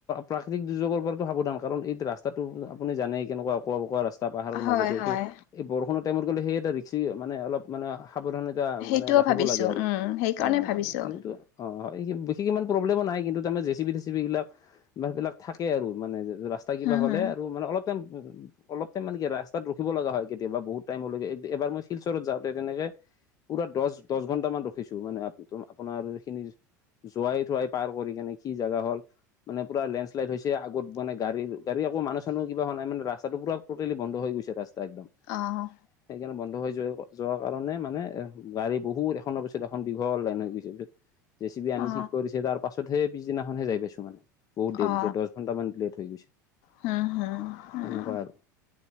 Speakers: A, on the left; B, on the left.
A: প্ৰাকৃতিক দুৰ্যোগৰ পৰাটো সাৱধান কাৰণ এইটো ৰাস্তাটো আপুনি জানেই কেনেকুৱা অকোৱা পকোৱা ৰা স্তা পাহাৰৰ
B: হয়
A: মাজেদি এইটো
B: হয়
A: এই বৰষুণৰ টাইমত গ'লে সেই এটা ৰিক্সি মানে অলপ মানে সাৱধান তা
B: সেইটোও
A: মানে ৰাখিব
B: ভাবিছোঁ
A: লাগে আৰু
B: উম সেইকাৰণে
A: হয় হয়
B: ভাবিছোঁ
A: হয় কিন্তু অঁ হয় বিশেষ ইমান প্ৰব্লেমো নাই কিন্তু, তাৰমানে জে চি বি চে চি বি বিলাক থাকে আৰু মানে ৰা স্তা কিবা
B: হুম
A: হ'লে
B: হুম
A: আৰু মানে অলপ টাইম অলপ টাইম মানে কি ৰাস্তাত ৰখিব লগা হয় কেতিয়াবা বহুত টাইমলৈকে এবাৰ মই শিলচৰত যাওঁতে তেনেকে পুৰা দহ দহ ঘন্টামান ৰখিছো মানে আ আপোনাৰ এইখিনি যোৱাই থোৱাই পাৰ কৰি কেনে কি জেগা হ'ল মানে পুৰা লেন্ড শ্লাইড হৈছে আগত মানে গাড়ী গাডী আকৌ মানুহ চানুহ একা হোৱা নাই ৰাস্তাটো পুৰা টোটেলি বন্ধ হৈ গৈছে ৰাস্তা একদম।
B: অঁহ।
A: সেইকাৰণে বন্ধ হৈ যোৱা যোৱাৰ কাৰণে মানে গাড়ী বহুত এখনৰ পিছত এখন দীঘল লাইন হৈ গৈছে, পিছত জেচি বি আনি
B: অ
A: ঠিক কৰিছে তাৰ পাছতহে পিছদিনাখনহে যাই পাইছো মানে। বহুত দেৰিকে
B: অ
A: দহ ঘন্টামান লেট হৈ গৈছে,
B: হুম হুম
A: তেনেকুৱা আৰু।